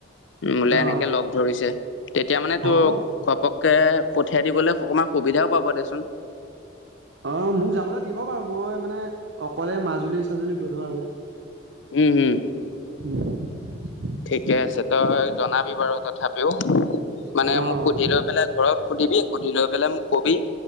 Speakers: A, on the left (about 75°); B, on the right (about 70°).
A: বোলে
B: অঁ
A: এনেকে লগ ধৰিছে, তেতিয়া মানে
B: হ'ব
A: তোৰ ঘপক কে পঠিয়াই দিবলৈ অকমান সুবিধাও পাব দেচোন।
B: অ, মোক যাবলৈ দিব বাৰু মই মানে অকলে মাজুলী-চাজুলী গৈ থকা যে।
A: উম, উম।
B: হম। <inaudible>
A: ঠিকে আছে তই জনাবি বাৰু তথাপিও। মানে
B: অঁ
A: মোক সুধি লৈ পেলাই ঘৰত সুধিবি সুধি লৈ পেলাই মোক কবি